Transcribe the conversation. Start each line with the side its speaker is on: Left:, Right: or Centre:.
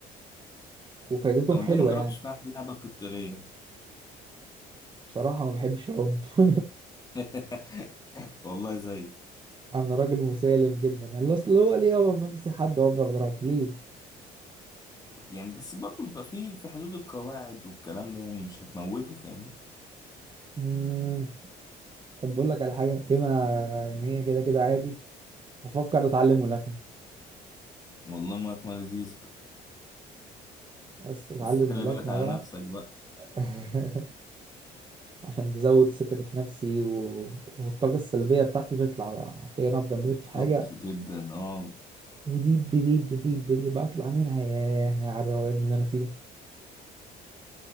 Right: وفايدتهم
Left: طب ما
Right: حلوة
Left: ليه ما جربتش
Right: يعني
Left: فعلا اللعبه القتاليه
Right: بصراحة ما بحبش العنف
Left: <laughs> والله زي
Right: <laughs> انا راجل مسالم جدا يعني اصل هو ليه أقف بمسك حد وافضل اضربه ليه
Left: يعني بس برضو بيبقى في في حدود القواعد والكلام ده يعني مش هتموته فاهمني
Right: مم. طب بقول لك على حاجة بما ان هي كده كده عادي بفكر اتعلم ملاكمة
Left: والله ما ما لذيذ
Right: بس اتعلم
Left: بس خلي
Right: ملاكمة
Left: بالك على
Right: بقى
Left: نفسك بقى
Right: <laughs> عشان تزود ثقتي في نفسي و... والطاقة السلبية بتاعتي تطلع بقى حرفيا افضل ماسك
Left: بالظبط
Right: في حاجة
Left: جدا اه
Right: وديب بديب بديب بديب بطلع منها ياه يا على الروقان اللي انا فيه